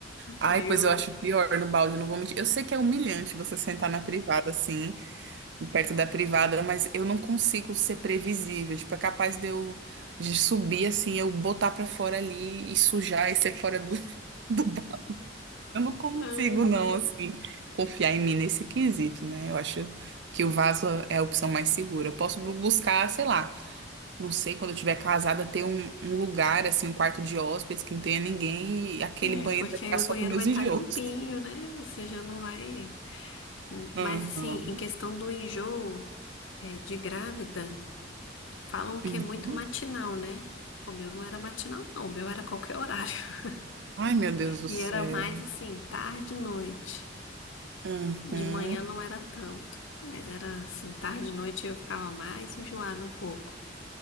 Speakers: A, on the right; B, on the left.
A: Ai,
B: aí
A: pois
B: eu,
A: eu acho pior no balde, não vou mentir. Eu sei que é humilhante você sentar na privada assim, perto da privada, mas eu não consigo ser previsível. Tipo, é capaz de eu de subir assim, eu botar pra fora ali e sujar e ser fora do, <laughs> do balde. Eu não consigo,
B: ai, não.
A: não, assim, confiar em mim nesse quesito, né? Eu acho que o vaso é a opção mais segura. Eu posso bu- buscar, sei lá, não sei, quando eu estiver casada, ter um, um lugar, assim, um quarto de hóspedes que não tenha ninguém e aquele banheiro
B: É, porque
A: vai ficar
B: aí o
A: só
B: banheiro
A: para meus
B: vai estar
A: enjoos.
B: limpinho, né? Você já não vai.
A: Uhum,
B: Mas, assim, em questão do enjoo, é, de grávida, falam que
A: uhum.
B: é muito matinal, né? O meu não era matinal, não. O meu era qualquer horário. <laughs>
A: Ai, meu Deus do
B: E
A: céu.
B: era mais, assim, tarde e noite.
A: Uhum.
B: De manhã não era tanto. Mas era, assim, tarde e noite eu ficava mais enjoada um pouco.